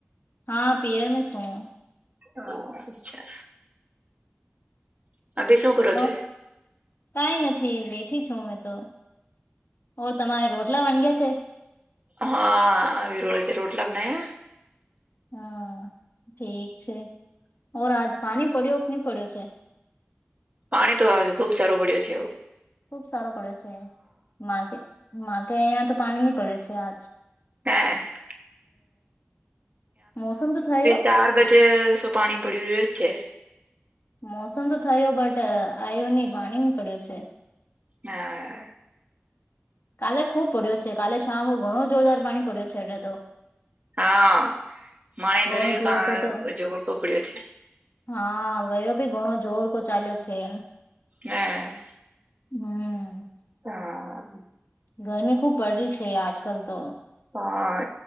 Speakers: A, on the left; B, on the right.
A: હા, પિયર મે છું હું.
B: હા, અચ્છા. <unintelligible> બે શું? કરો
A: હ,
B: છો
A: કંઈ નથી, બેઠી છું અમે તો. ઓ તમારે રોટલા <unintelligible> છે.
B: હા <unintelligible> રોટલા બનાયા.
A: હા, ઠીક છે. ઓર આજ પાણી પડ્યો કે ની પડ્યો છે?
B: પાણી તો આ ખુબ સારું પડ્યો છે, એવો.
A: ખુબ સારો પડ્યો, છે, માટે માટે અહિયાં તો પાણી નહીં પડે છે, આજે.
B: હે <unintelligible>
A: મોસમ તો થયો
B: ચાર <unintelligible> બજે શું પાણી પડ્યું રહ્યું છે.
A: મોસમ તો થયો, બટ આયો ની. પાણી ની પડ્યો છે.
B: હા.
A: કાલે ખુબ પડ્યો છે, કાલે <unintelligible> ઘણો જોરદાર પાણી પડ્યું છે, એટલે તો
B: હા, મારા
A: ઘણો
B: ધરે
A: જોર
B: પણ
A: કો તો
B: જોર માં પડયો છે.
A: હા, વેરો ભી ઘણો જોર કો ચાલ્યો છે, એમ.
B: હા.
A: હમ.
B: હા.
A: <unintelligible> ગરમી ખૂબ પડ રહી છે, આજકાલ તો
B: હા,